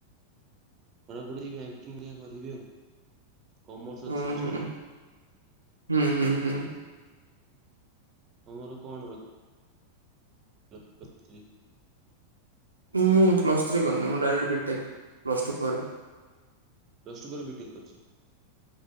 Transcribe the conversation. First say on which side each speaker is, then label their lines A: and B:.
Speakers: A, on the right (about 30°); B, on the right (about 80°).
A: ପଢ଼ାପଢ଼ି ବ୍ୟାଙ୍କିଙ୍ଗ ଦେଖିଆ କରିବି ଆଉ କମର୍ସ
B: ଉଁ
A: ଅଛି
B: ହୁଁ
A: ଷ୍ଟ୍ରିମ୍।
B: ହୁଁ ହୁଁ ହୁଁ।
A: ତମର କଣ ର <unintelligible>
B: ମୁଁ ପ୍ଲସ୍ ଥ୍ରୀ କରିନି ମୁଁ ଡାଇରେକ୍ଟ ବିଟେକ୍ ପ୍ଲସ୍ ଟୁ ପରେ।
A: ପ୍ଲସ ଟୁ ପରେ ବିଟେକ୍ କରିଚି।